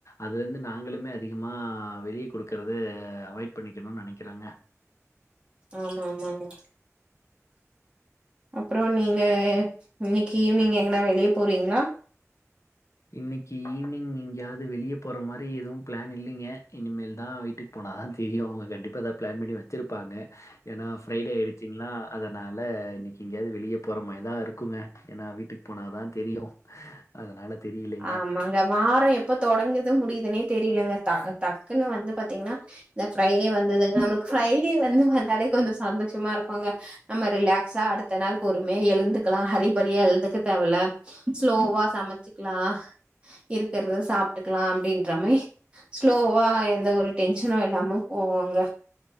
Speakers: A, on the left (about 65°); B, on the right (about 20°).
A: அது வந்து நாங்களுமே அதிகமா வெளிய குடுக்குறது அவாய்ட் பண்ணிக்கணுன் நெனக்கிறேங்க
B: ஆமா ஆமாங்க அப்புறோ நீங்க இன்னைக்கு ஈவினிங் எங்கனா வெளிய போறீங்களா
A: இன்னைக்கு ஈவினிங் எங்கயாது வெளிய போற மாரி எதுவு பிளான் இல்லைங்க இனிமேல் தா வீட்டுக்கு போனாதா தெரியு அவங்க கண்டிப்பா எதாவது பிளான் பண்ணி வச்சிருப்பாங்க ஏன்னா ஃப்ரைடே ஆகிடுச்சிங்ளா அதனால இன்னைக்கு எங்காயது வெளிய போற மாரி தா இருக்குங்க ஏன்னா வீட்டுக் போனாதா தெரியு அதனால தெரியலைங்க.
B: ஆமாங்க வாரோ எப்ப தொடங்குது முடியுதுனே தெரியலங்க டக்குன்னு வந்து பாத்தீங்கன்னா இந்த ஃப்ரைடே வந்ததுங்க நம்மளுக்கு ஃப்ரைடே வந்து வந்தாலே கொஞ்சொ சந்தோஷமா இருக்குங்க நம்ம ரிலாக்ஸா அடுத்த நாள் பொறுமயா எழுந்துக்கலா ஹரி பரியா எழுந்துக்க தேவல்ல ஸ்லோவா சமைச்சுக்கலா இருக்கறத சாப்ட்டுக்கலா அப்டின்ற மாய் ஸ்லோவா எந்த ஒரு டென்ஷனு இல்லாம போவோங்க